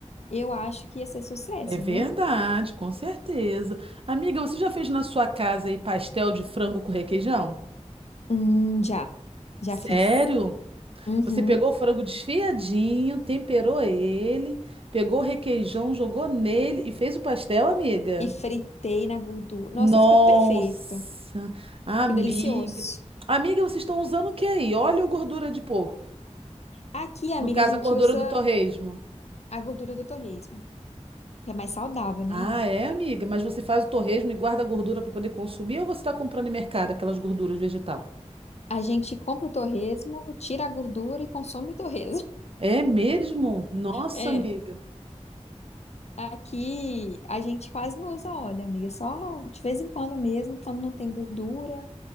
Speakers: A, on the left (about 60°); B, on the right (about 50°).
A: eu acho que ia ser sucesso,
B: é verdade,
A: viu?
B: com certeza. Amiga, você já fez na sua casa aí pastel de frango com requeijão?
A: Hum, já, já
B: Sério?
A: fiz. Uhum.
B: Você pegou o frango desfiadinho, temperou ele, pegou o requeijão, jogou nele e fez o pastel, amiga?
A: E fritei na gordura. Nossa,
B: Nossa,
A: fica perfeito.
B: amiga.
A: Fica delicioso.
B: Amiga, vocês estão usando o que aí? Óleo ou gordura de porco?
A: Aqui, amiga,
B: No caso,
A: a gente
B: a gordura
A: usa
B: do torresmo.
A: a gordura do torresmo, que é mais saudável, né,
B: Ah,
A: amiga?
B: é, amiga? Mas você faz o torresmo e guarda a gordura para poder consumir ou você está comprando em mercado aquelas gorduras vegetal?
A: A gente compra o torresmo, tira a gordura e consome o torresmo. <laughs>
B: É mesmo? Nossa,
A: É.
B: amiga.
A: Aqui a gente quase não usa óleo, amiga. Só de vez em quando mesmo, quando não tem gordura